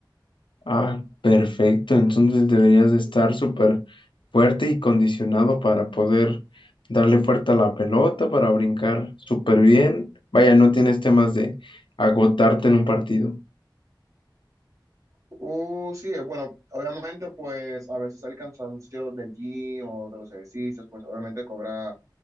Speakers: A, on the left; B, on the right.
A: Ah, perfecto, entonces deberías de estar súper fuerte y condicionado para poder darle fuerte a la pelota, para brincar súper bien. Vaya, no tienes temas de agotarte en un partido.
B: Uh, sí, eh, bueno, obviamente pues a veces el cansancio del gym o de los ejercicios pues obviamente cobra